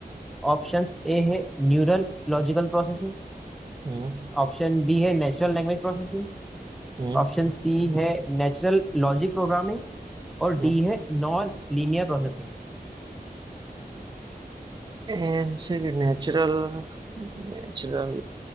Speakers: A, in the centre; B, on the right.
A: ऑप्शन ए है neural logical processing
B: हम्म
A: option B है natural language processing
B: हम्म
A: option C है नेचुरल लॉजिक प्रोग्रामिंग और
B: हम्म
A: डी है non linear processing
B: एन से नेचुरल नेचुरल